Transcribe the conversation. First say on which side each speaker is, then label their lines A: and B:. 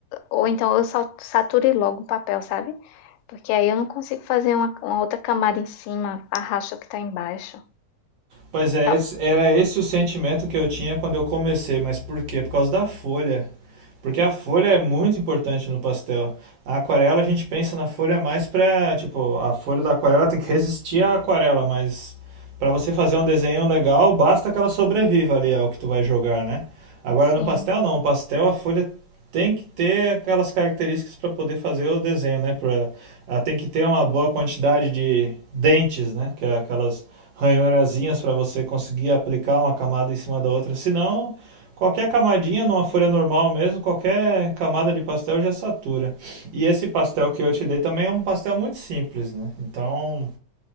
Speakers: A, on the left; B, on the right.
A: ou então eu sa- sature logo o papel, sabe? Porque aí eu não consigo fazer uma, uma outra camada em cima, arrasto o que tá embaixo.
B: Pois é,
A: Tal.
B: esse- era esse o sentimento que eu tinha quando eu comecei, mas por quê? Por causa da folha. Porque a folha é muito importante no pastel. Na aquarela a gente pensa na folha mais pra, tipo, a folha da aquarela tem que resistir à aquarela, mas pra você fazer um desenho legal, basta que ela sobreviva ali ao que tu vai jogar, né? Agora
A: Sim,
B: no pastel não, no pastel a folha tem que ter aquelas características para poder fazer o desenho, né? Pra, ela tem que ter uma boa quantidade de dentes, né? Que é aquelas ranhurazinhas para você conseguir aplicar uma camada em cima da outra. Se não, qualquer camadinha numa folha normal mesmo, qualquer camada de pastel já satura. E esse pastel que eu te dei também é um pastel muito simples, né? Então,